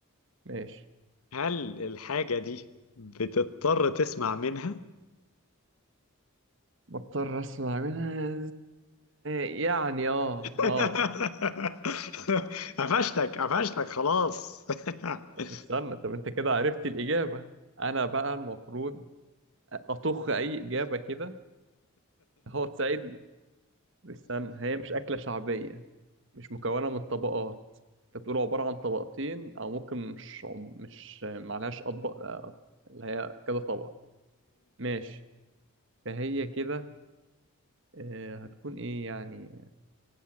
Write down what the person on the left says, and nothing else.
هل الحاجة دي بتضطر تسمع منها؟
<laughs>
قفشتك قفشتك خلاص <clears throat>
<laughs>